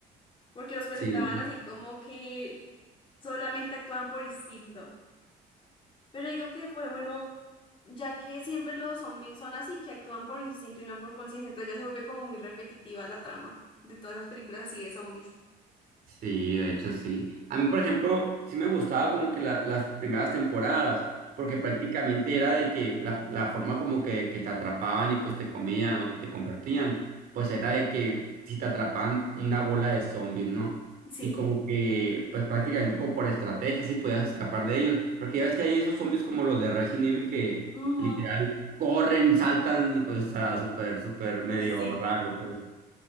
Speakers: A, on the left (about 30°); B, on the right (about 60°).
A: porque los presentaban
B: Sí,
A: así como que solamente actuaban por instinto Pero digo que fue bueno, ya que siempre los zombies son así, que actúan por instinto y no por conciencia, entonces ya se vuelve como muy repetitiva la trama de todas esas películas así de zombies.
B: Sí, de hecho sí. A mí, por ejemplo, sí me gustaba como que la- las primeras temporadas, porque
A: Ujú,
B: prácticamente era de que la, la forma como que, que te atrapaban y pues te comían o te convertían, pues era de que si te atrapaban una bola de zombies, ¿no?
A: Sí.
B: Y como que, pues prácticamente como por estrategia sí podías escapar de ellos, porque ya ves que hay esos zombies como los de Resident Evil que
A: ujú,
B: literal corren, saltan y pues, o sea, súper, súper medio
A: Pues Sí.
B: raro, pues.